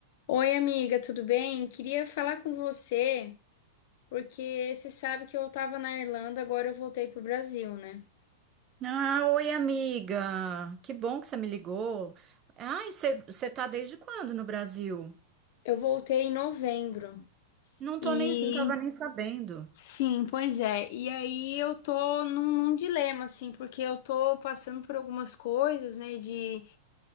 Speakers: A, on the left (about 40°); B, on the right (about 20°).
A: Oi, amiga, tudo bem? Queria falar com você, porque você sabe que eu estava na Irlanda, agora eu voltei pro Brasil, né?
B: Ah, oi, amiga. Que bom que você me ligou. Ai, você você tá desde quando no Brasil?
A: Eu voltei em novembro.
B: Não tô
A: E
B: nem, não tava nem sabendo.
A: sim, pois é. E aí eu tô num, num dilema, assim, porque eu tô passando por algumas coisas, né, de